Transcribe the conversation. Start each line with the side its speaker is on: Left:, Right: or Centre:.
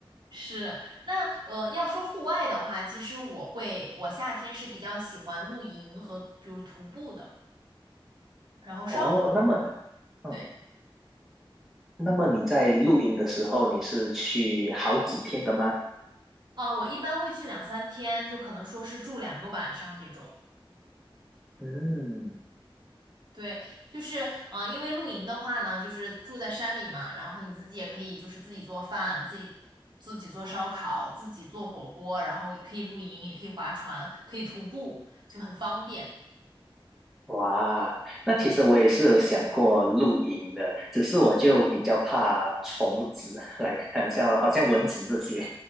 Right: 是，那呃，要说户外的话，其实我会，我夏天是比较喜欢露营和就是徒步的，然后烧烤。
Centre: 哦，那么，嗯，
Right: 对，
Centre: 那么你在露营的时候，你是去好几天的吗？
Right: 啊、我一般会去两三天，就可能说是住两个晚上这种。
Centre: 嗯，
Right: 对，就是呃，因为露营的话呢，就是住在山里嘛，然后你自己也可以就是自己做饭，自己自己做烧烤，自己做火锅，然后可以露营，也可以划船，可以徒步，就很方便。
Centre: 哇，那其实我也是有想过露营的，只是我就比较怕虫子，<laughs> 来，很像好像蚊子这些。